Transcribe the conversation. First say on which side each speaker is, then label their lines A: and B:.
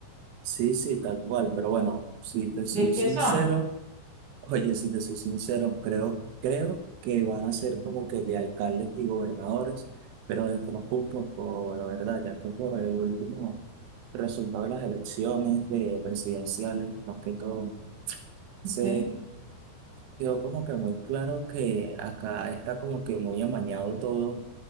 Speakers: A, on the right; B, on the right.
A: Sí, sí, tal cual. Pero bueno, si te soy
B: ¿De qué
A: sincero,
B: son?
A: <laughs> oye, si te soy sincero, creo, creo que van a ser como que de alcaldes y gobernadores, pero desconozco un poco la verdad, ya que por el último resultado de las elecciones de presidenciales, más que todo. se
B: Okay.
A: quedó como que muy claro que acá está como que muy amañado todo